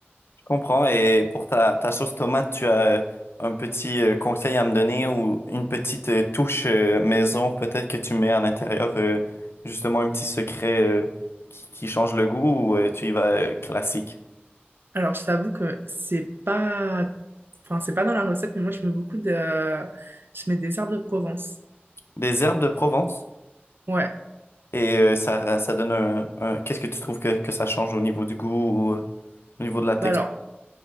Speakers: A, on the left; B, on the right.
A: comprends. Et pour ta, ta sauce tomate, tu as euh, un petit euh, conseil à me donner ou une petite euh, touche euh, maison peut-être que tu mets à l'intérieur, euh, justement un petit secret euh, qui, qui change le goût ou euh, tu y vas euh, classique?
B: Alors, je t'avoue que c'est pas, enfin, c'est pas dans la recette, mais moi, je mets beaucoup de, je mets des herbes de Provence.
A: Des herbes de Provence
B: Ouais,
A: et euh, ça, ça donne un, un- Qu'est-ce que tu trouves que, que ça change au niveau du goût ou euh, au niveau de la texture?
B: bah alors,